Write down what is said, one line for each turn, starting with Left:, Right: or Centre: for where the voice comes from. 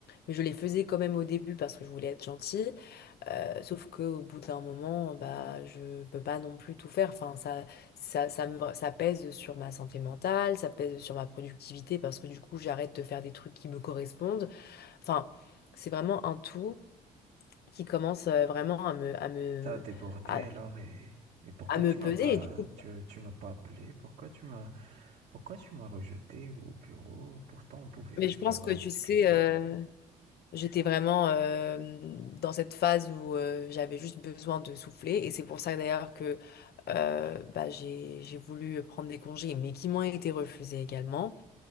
Left: mais je les faisais quand même au début parce que je voulais être gentille. Euh, Sauf qu'au bout d'un moment, bah, je peux pas non plus tout faire. Enfin, ça, ça, ça me, ça pèse sur ma santé mentale, ça pèse sur ma productivité parce que du coup, j'arrête de faire des trucs qui me correspondent. Enfin, c'est vraiment un tout qui commence euh, vraiment à me, à me,
Right: T'as débordé
Left: à,
Right: alors et, et pourquoi
Left: à me
Right: tu
Left: peser.
Right: m'as pas
Left: Et du coup,
Right: tu, tu m'as pas appelé? Pourquoi tu m'as pourquoi tu m'as rejeté au bureau? Pourtant on pouvait
Left: mais je
Right: vraiment
Left: pense que
Right: en
Left: tu
Right: discuter.
Left: sais, euh, J'étais vraiment euh, dans cette phase où euh, j'avais juste besoin de souffler et c'est pour ça d'ailleurs que euh, bah, j'ai j'ai voulu prendre des congés mais qui m'ont été refusés également.